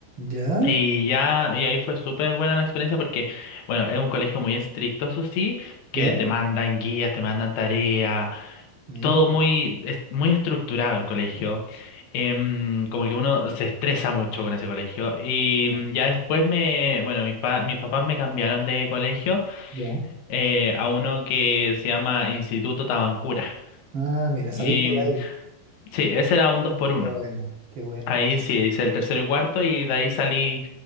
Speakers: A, on the right; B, on the left.
A: ya.
B: Y ya, y ahí fue súper buena la experiencia porque, bueno, es un colegio muy estricto, eso sí,
A: ¿Ya?
B: que te mandan guías, te mandan tareas.
A: Mira,
B: todo muy, es- muy estructurado el colegio. Em, como que uno se estresa mucho con ese colegio. Y
A: ya,
B: mm, ya después me, bueno, mis, pa- mis papás me cambiaron de colegio
A: ya.
B: eh, a uno que se llama Instituto Tabancura.
A: Ah, mira,
B: Y
A: saliste de
B: mm,
A: ahí.
B: sí, ese era un dos por uno.
A: Qué bueno, qué bueno,
B: Ahí sí, hice el tercero y cuarto y de ahí salí,